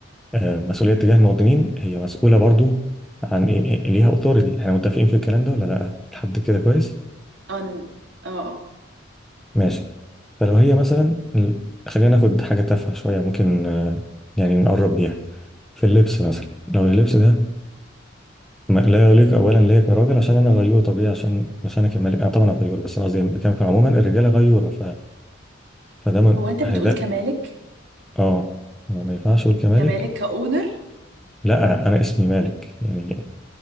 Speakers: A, in the centre; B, on the right.
A: آه، مسؤولية تجاه المواطنين هي مسؤولة برضو عن إيه إيه- ليها أوثوريتي احنا متفقين في الكلام ده ولا لأ لحد كده كويس
B: أن... اه اه
A: ماشي فلو هي مثلا ال- خلينا ناخد حاجة تافهة شوية ممكن آه، يعني نقرب بيها في اللبس مثلا لو اللبس ده ما- لا يليق أولا ليا كراجل عشان أنا غيور طبيعي عشان مش أنا كمالك أنا طبعا غيور بس أنا قصدي بكلمك عموما الرجالة غيورة ف... فده ما-
B: هو انت بتقول
A: هيدا
B: كمالك
A: آه آه، ما ينفعش أقول كمالك
B: كمالك كأونر
A: لا أنا اسمي مالك يعني